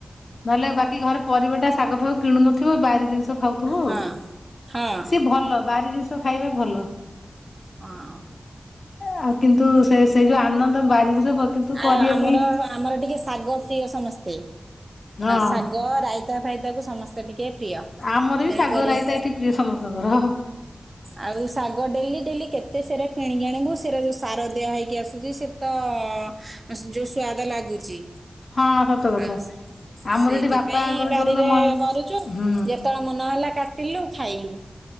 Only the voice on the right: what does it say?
ହଁ ହଁ ହଁ
ହଁ।
ଆ ଆମର
ଆମର ଟିକେ ଶାଗ ପ୍ରିୟ ସମସ୍ତେ
ଶାଗ ରାଇତା ଫାଇଦାକୁ ସମସ୍ତେ ଟିକେ ପ୍ରିୟ
ତେଣୁକରି
ଆଉ ଶାଗ ଡେଲି ଡେଲି କେତେ ସେରା କିଣିକି ଆଣିବୁ ସେରା ଯୋଉ ସାର ଦିଆ ହେଇକି ଆସୁଛି ସେ ତ ଯୋଉ ସ୍ଵାଦ ଲାଗୁଛି
ଆଉ
ସେଇଥିପାଇଁ
ବାରିରେ
କରୁଛୁ
ଯେତେବେଳେ ମନ ହେଲା କାଟିଲୁ ଖାଇଲୁ।